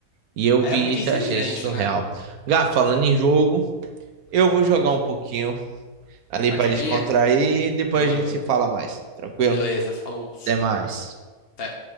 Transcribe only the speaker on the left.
É
muito
inteligente,
né?
Partidinha?
Demorou.
Beleza, falou.
Até.